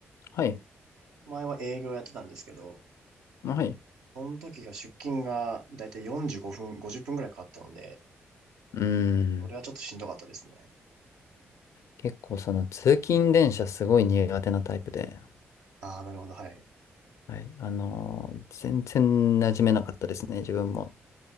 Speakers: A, on the left; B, on the right.
A: はい。
B: 前は営業やってたんですけど、
A: はい。
B: その時が出勤がだいたい45分、50分くらいかかったので、
A: うん。
B: それはちょっとしんどかったですね。
A: 結構その通勤電車すごい苦手なタイプで、
B: ああ、なるほど、はい。
A: はい。あのー、全然馴染めなかったですね、自分も。